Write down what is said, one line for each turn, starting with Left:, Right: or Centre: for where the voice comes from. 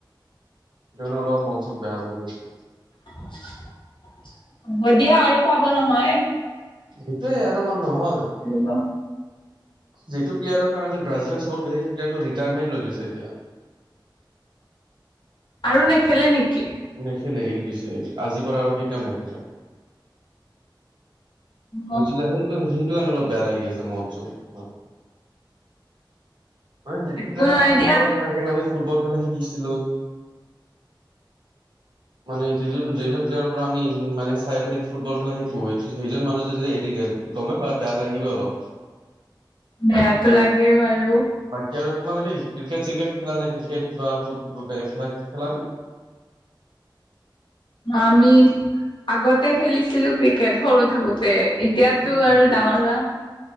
Right: সেইটো কাৰণে অলপ মন চন বেয়া কৰি আছোঁ
Left: হ'ব দিয়া আৰু পাব নহয়
Right: সেইটোয়ে আৰু মই নহয়
Left: <unintelligible>
Right: যিটো প্লেয়াৰ কাৰণে ব্ৰাজিলক <unintelligible> ৰিটায়াৰমেট লৈ লৈছে এতিয়া
Left: আৰু নেখেলে নেকি
Right: নেখেলে এৰি দিছে আজিৰ পৰা আৰু কেতিয়াও নেখেলে।
Left: অ
Right: বুজিলা সেইটো, সেইটো কাৰনে অলপ বেয়া লাগি আছে মন চন তোমাৰ। মানে যিটো
Left: একো
Right: প্লেয়াৰ
Left: নাই
Right: সৰুৰ
Left: দিয়া
Right: পৰা চাই কেনে আমি ফুটবল খেলা শিকিছিলো মানে যিজন, যিজন প্লেয়াৰৰ পৰা আমি মানে চাই পিনে ফুটবল খেলা শিকো সেইজন মানুহ যদি এৰি যায় গমে পা বেয়া লাগিব অলপ।
Left: বেয়াতো লাগে বাৰু।
Right: বাকী আৰু তোমালোকে ক্ৰিকেট, চিকেট খেলা নে, ক্ৰিকেট কিবা ফুটবল বেলেগ খেলা, খেলা নে?
Left: আমি, আগতে খেলিছিলো ক্ৰিকেট সৰু থাকোতে। এতিয়াতো
Right: কি কোৱা
Left: আৰু ডাঙৰ হোৱা,